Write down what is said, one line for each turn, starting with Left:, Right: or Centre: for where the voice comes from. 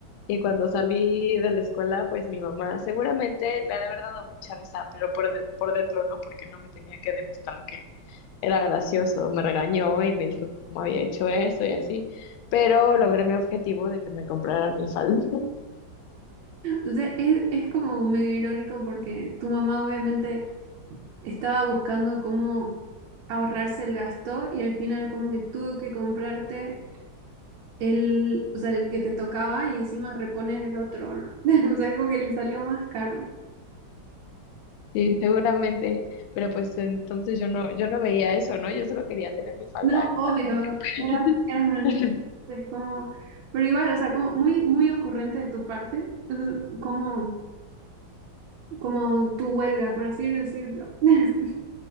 Left: Y cuando salí de la escuela, pues mi mamá seguramente le ha de haber dado mucha risa, pero por, de- por dentro no, porque no me tenía que demostrar que era gracioso. Me regañó y me dijo cómo había hecho eso y así. Pero logré mi objetivo de que me compraran mi falda.
Right: O sea, es, es como medio irónico porque tu mamá obviamente estaba buscando cómo ahorrarse el gasto y al final como que tuvo que comprarte el, o sea, el que te tocaba y encima reponer el otro. ¿no? <laughs> O sea, es como que le salió más caro.
Left: Sí, seguramente, pero pues entonces yo no, yo no veía eso, ¿no? Yo solo quería tener mi falda
Right: No,
Left: en
Right: obvio,
Left: lugar de mi jumper.
Right: eras, eras una
Left: <laughs>
Right: niña, entonces como, pero igual, o sea, como muy, muy ocurrente de tu parte, o sea, como... como tu huelga, por así decirlo. <laughs>